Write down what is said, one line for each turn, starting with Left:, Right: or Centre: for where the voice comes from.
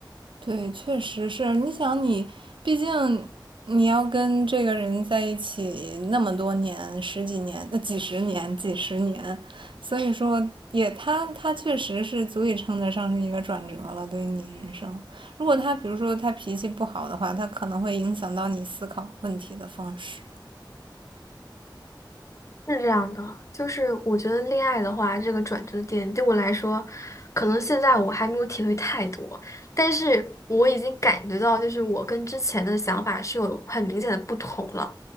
Right: 对，确实是。你想你，毕竟你要跟这个人在一起那么多年，十几年、呃几十年、几十年，所以说也他他确实是足以称得上是一个转折了，对于你人生。如果他比如说他脾气不好的话，他可能会影响到你思考问题的方式。
Left: 是这样的，就是我觉得恋爱的话，这个转折点对我来说，可能现在我还没有体会太多，但是我已经感觉到，就是我跟之前的想法是有很明显的不同了。